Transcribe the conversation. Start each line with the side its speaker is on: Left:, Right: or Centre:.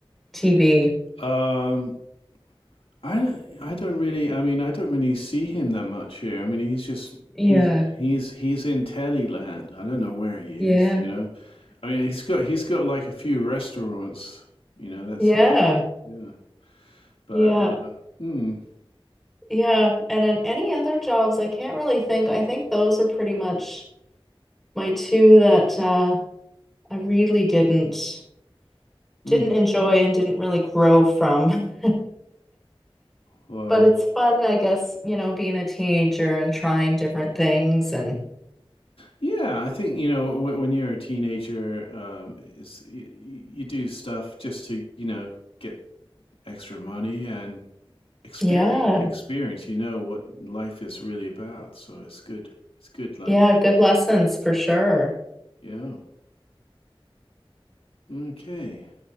Centre: TV?
Left: um, I I don't really, I mean, I don't really see him that much here. I mean, he's just
Centre: Yeah,
Left: he's he's he's in telly land. I don't know where he
Centre: yeah.
Left: is. You know, I mean, he's got he's got like a few restaurants. You know, that's
Centre: Yeah,
Left: it. Yeah, but
Centre: yeah,
Left: uh, mm,
Centre: yeah. And in any other jobs, I can't really think. I think those are pretty much my two that uh, I really didn't didn't
Left: mm.
Centre: enjoy and didn't really grow from. <laughs>
Left: Well,
Centre: But it's fun, I guess, you know, being a teenager and trying different things and
Left: yeah, I think, you know, when, when you're a teenager, um, it's, you, you do stuff just to, you know, get extra money and experience,
Centre: yeah,
Left: experience, you know, what life is really about. So it's good. It's good. Like,
Centre: yeah, good lessons for sure.
Left: yeah. Okay.